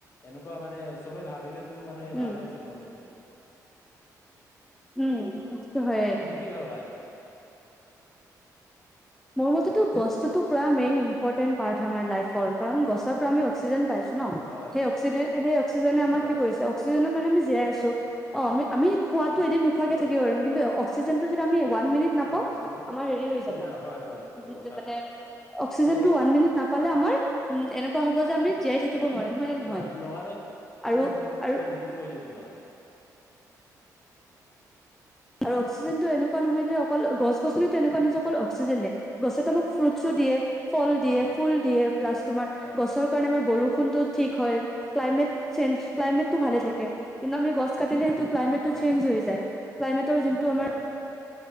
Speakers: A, on the left (about 40°); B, in the centre.
A: এনেকুৱা মানে চবে ভাবিলে টো মানে
B: উম,
A: ভালে আছিল মোৰ মতে-
B: উম। সেইটো হয়ে।
A: তুমি কি ভাবা এনেই
B: মোৰ মতেতো গছতো পুৰা মেইন ইম্পৰ্টেণ্ট পাৰ্ট হয় আমাৰ লাইফৰ কাৰণ গছৰ পৰা আমি অক্সিজেন পাইছোঁ। ন
A: হয়
B: সেই অক্সি সেই অক্সিজেনে আমাৰ
A: হয়
B: কি কৰিছে অক্সিজেন সেইকাৰণে আমি জীয়াই আছোঁ অহঁ আমি আমি খোৱাত এদিন নোখোৱাকে
A: হয়
B: থাকিব পাৰু কিন্তু অক্সিজেনটো যদি আমি ওৱান মিনিট নাপাওঁ
A: হয় কিন্তু
B: আমাৰ হেৰি হৈ
A: যদি
B: যাব।
A: হয় হয় এইটো
B: উ
A: কথা
B: মানে
A: কৈছা
B: অক্সিজেনটো
A: তুমি
B: ওৱান মিনিট নাপালে আমাৰ উ এনেকুৱা হব যে আমি জীয়াই থাকিব নোৱাৰিম হয় নে
A: তোমাৰ
B: নহয়
A: লগালগ
B: আৰু
A: তুমি মি-
B: আৰু
A: তোমাৰ মৃত্যু হৈ যাব তোমাৰ
B: আৰু অক্সিজেনটো এনেকুৱা নহয় যে অকল গছ গছনি
A: উম
B: তেনেকুৱা নিজে অকল অক্সিজেন দিয়ে, গছে তো মোক ফ্ৰুটছো দিয়ে। ফল দিয়ে
A: হয়
B: ফুল দিয়ে প্লাছ তোমাৰ
A: হয়
B: গছৰ কাৰণে আমাৰ বৰষুণ কোনটো ঠিক হয় ক্লাইমেট চেঞ্জ ক্লাইমেটতো
A: হয়
B: ভালে থাকে কিন্তু আমি গছ কাটিলে টো ক্লাইমেটতো
A: হয়
B: চেঞ্জ হৈ যায় <unintelligible> তহঁ, যোনটো আমাৰ
A: হয়